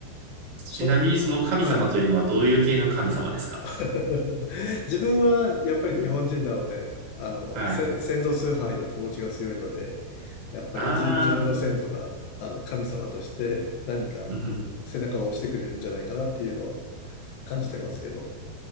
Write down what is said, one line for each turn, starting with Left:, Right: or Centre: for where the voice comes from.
Right: ちなみにその神様というのはどういう系の神様ですか
Left: そ、はい。<laughs> 自分はやっぱり日本人なので、あの、
Right: はい。
Left: せ先祖崇拝の気持ちが強いので、やっぱり自、
Right: ああ、
Left: 自分の先祖が、あの、神様として何か背中を押してくれるんじゃないかなっていうのは
Right: うん
Left: 感じてますけど、